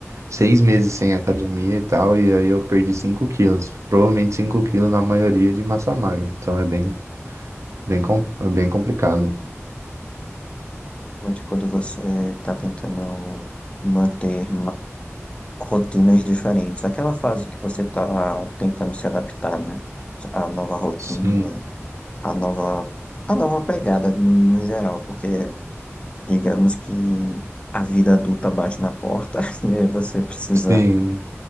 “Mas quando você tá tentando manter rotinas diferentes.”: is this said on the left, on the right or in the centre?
Left